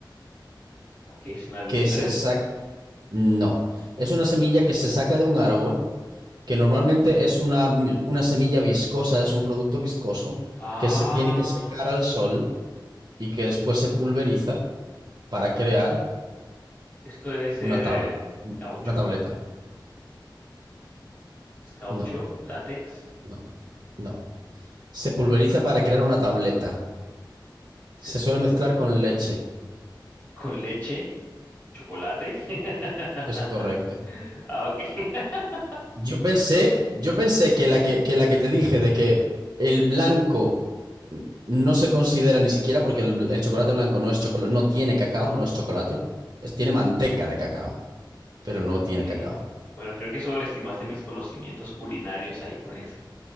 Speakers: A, on the left; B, on the right.
A: ok, es una almendra.
B: que se saca... No. Es una semilla que se saca de un árbol que normalmente es una, una semilla viscosa, es un producto viscoso
A: Ah,
B: que se tiene que secar al sol y que después se pulveriza para crear
A: esto debe ser
B: una tabla,
A: eh, caucho.
B: una tableta.
A: Es caucho,
B: No,
A: látex,
B: no, no. Se pulveriza para crear una tableta.
A: se
B: Se
A: pul-
B: suele mezclar con leche.
A: con leche. ¿Chocolate? <laughs>
B: Es correcto.
A: Ah, ok. <laughs>
B: Yo pensé, yo pensé que la que, que la que te dije de que el blanco no se considera ni siquiera porque el, el chocolate blanco no es chocolate, no tiene cacao, no es chocolate, es, tiene manteca de cacao. pero no tiene
A: Ok.
B: cacao.
A: Bueno, creo que sobreestimaste mis conocimientos culinarios ahí con esa.